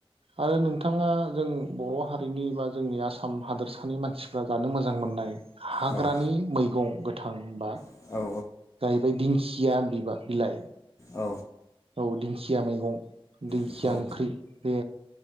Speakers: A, on the right; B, on the left.
A: आरो नोंथाङा जों बर' हारिनि बा जोंनि आसाम हादोरसानि मानसिफ्रा जानो मोजां मोननाय हाग्रानि
B: औ
A: मैगं गोथां बा
B: औ औ
A: जाहैबाय दिंखि दिया बिबा बिलाइ
B: औ
A: औ दिंखिया मैगं दिंखिया
B: औ
A: ओंख्रै बे